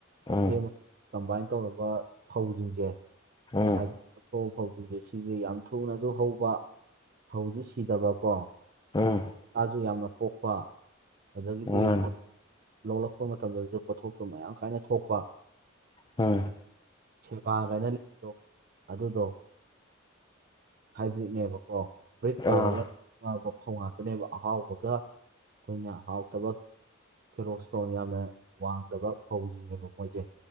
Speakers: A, on the left; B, on the right.
A: ꯎꯝ
B: ꯁꯦꯝꯃꯒ ꯀꯝꯕꯥꯏꯟ ꯇꯧꯔꯕ ꯐꯧꯁꯤꯡꯁꯦ
A: ꯎꯝ
B: ꯍꯥꯏꯗꯤꯊꯣꯛ ꯐꯧꯁꯤꯡꯁꯦ ꯁꯤꯁꯦ ꯌꯥꯝ ꯊꯨꯅꯁꯨ ꯍꯧꯕ ꯐꯧꯁꯨ ꯁꯤꯗꯕꯀꯣ
A: ꯎꯝ
B: ꯁꯥꯁꯨ ꯌꯥꯝꯅ ꯄꯣꯛꯄ ꯑꯗꯒꯤꯗꯤ
A: ꯎꯝ
B: ꯂꯧꯂꯛꯄ ꯃꯇꯝꯗꯁꯨ ꯄꯣꯠꯊꯣꯛꯇꯣ ꯃꯌꯥꯝ ꯀꯥꯏꯅ ꯊꯣꯛꯄ
A: ꯎꯝ
B: ꯐꯒꯅ ꯑꯗꯨꯗꯣ ꯍꯥꯏꯕ꯭ꯔꯤꯠꯅꯦꯕꯀꯣ ꯀ ꯕ꯭ꯔꯤꯠ ꯇꯧꯔꯒ
A: ꯑꯥ
B: ꯐꯧ ꯉꯥꯛꯇꯅꯦꯕ ꯑꯍꯥꯎꯕꯒ ꯑꯩꯈꯣꯏꯅ ꯑꯍꯥꯎ ꯇꯕꯛ ꯀꯤꯂꯣꯁꯇ꯭ꯔꯣꯟ ꯌꯥꯝꯅ ꯋꯥꯡꯗꯕ ꯐꯧꯁꯤꯡꯅꯦꯕ ꯃꯣꯏꯁꯦ